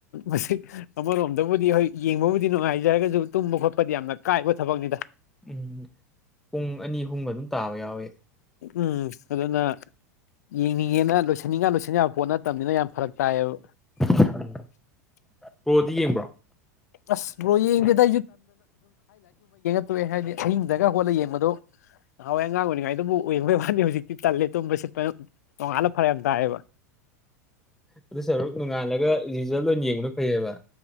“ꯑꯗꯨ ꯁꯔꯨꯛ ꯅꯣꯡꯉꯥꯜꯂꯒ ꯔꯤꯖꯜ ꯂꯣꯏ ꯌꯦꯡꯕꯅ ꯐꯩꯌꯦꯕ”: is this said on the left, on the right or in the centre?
Centre